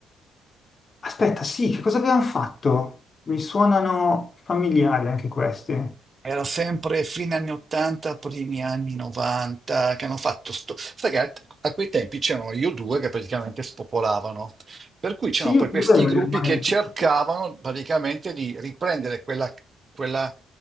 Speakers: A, on the left; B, on the right.
A: Aspetta, sì, che cosa abbiamo fatto? Mi suonano familiari anche questi.
B: Era sempre fine anni 80, primi anni 90, che hanno fatto sto... Sai che a a quei tempi c'erano io due che praticamente spopolavano, per cui
A: Sì,
B: c'erano
A: io
B: poi
A: credo
B: questi gruppi
A: che-
B: che cercavano praticamente di riprendere quella, quella,